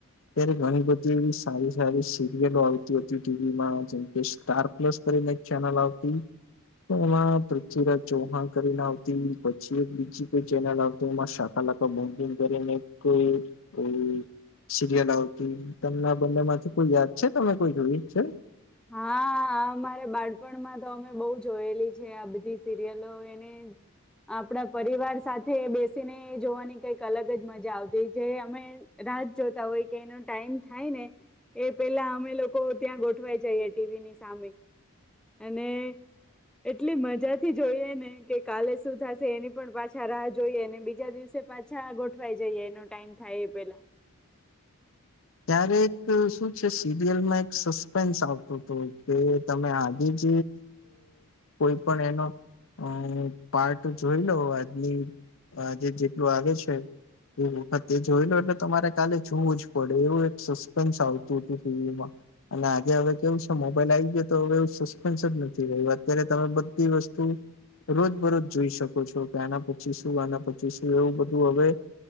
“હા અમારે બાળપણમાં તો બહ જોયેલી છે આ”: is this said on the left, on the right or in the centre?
Centre